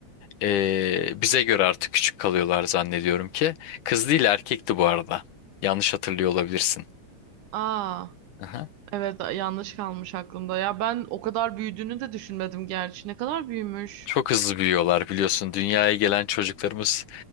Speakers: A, on the left (about 85°); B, on the right (about 80°).
A: E, bize göre artık küçük kalıyorlar zannediyorum ki. Kız değil erkekti bu arada. Yanlış hatırlıyor olabilirsin.
B: Aa
A: Aha.
B: evet yanlış kalmış aklımda. Ya ben o kadar büyüdüğünü de düşünmedim gerçi. Ne kadar büyümüş.
A: Çok hızlı büyüyorlar biliyorsun. Dünyaya gelen çocuklarımız